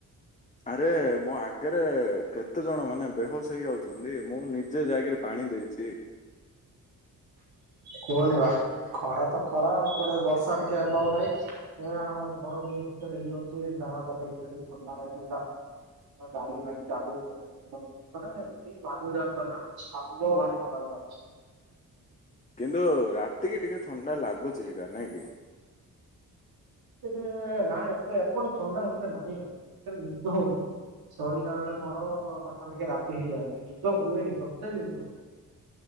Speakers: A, on the left; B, on the right.
A: ଆରେ ମୋ ଆଗରେ କେତେ ଜଣ ମାନେ ବେହୋସ ହେଇଯାଉ ଛନ୍ତି ମୁଁ ନିଜେ ଯାଇକିରି ପାଣି ଦେଇଛି।
B: କୁହନି ବା ଖରା ତ ଖରା ଏପଟେ ବର୍ଷା ଟିକେ ହେବାକୁ ନାଇଁ। ଏ ଆମ ଘର ଯାଇ ଭିତରେ ହେଇଯାଉଛି ଜାଳ ପକେଇ <unintelligible> ଥଣ୍ଡା ଲଗିଥାଆନ୍ତା। ହଁ ଗାଡ଼ି ଫାଡି ଚାଲି <unintelligible> <unintelligible>
A: କିନ୍ତୁ ରାତିକି ଟିକେ ଥଣ୍ଡା ଲାଗୁଛି ଏକା ନାଇଁ କି।
B: ତିରେ ନାଁ ଏତେ ଏପଟେ ଥଣ୍ଡା ଏତେ ନାହିଁ <inaudible> ନିଦ ହଉନି। ଶୋଇଲା ବେଳେ ମୋର ପାଖାପାଖି ରାତି ହେଇଯାଉଛି ନିଦ ହୁଏନି ଟୋଟାଲି ନିଦ।